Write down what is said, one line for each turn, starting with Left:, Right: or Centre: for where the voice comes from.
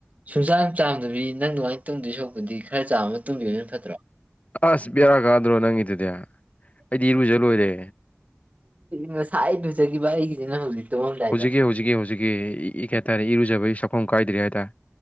Right: ꯁꯨꯡꯆꯥꯟ ꯆꯥꯝꯗꯕꯤ ꯅꯪ ꯂꯃꯥꯏ ꯇꯨꯝꯗꯣꯏ ꯁꯣꯛꯄꯗꯤ ꯈꯔ ꯆꯥꯕꯃ ꯇꯨꯝꯗꯕ ꯐꯠꯇ꯭ꯔꯣ
Left: ꯑꯁ ꯕꯦꯔꯥ ꯀꯗꯔꯣ ꯅꯪꯒꯤ ꯗꯨꯗꯦ ꯑꯩꯗꯤ ꯏꯔꯨꯖ ꯂꯣꯏꯔꯦ
Right: ꯉꯁꯥꯏꯗꯨꯖꯈꯤꯕ ꯑꯩꯒꯤꯁꯤꯅ ꯍꯧꯖꯤꯛ ꯇꯨꯝꯃꯝꯗꯥꯏꯗ
Left: ꯍꯧꯖꯤꯛꯀꯤ ꯍꯧꯖꯤꯛꯀꯤ ꯍꯧꯖꯤꯛꯀꯤ ꯏ ꯀ ꯍꯥꯏꯇꯥꯔꯦ ꯏꯔꯨꯖꯕꯒꯤ ꯐꯣꯡ ꯀꯥꯏꯗ꯭ꯔꯤ ꯍꯥꯏꯇꯥꯔꯦ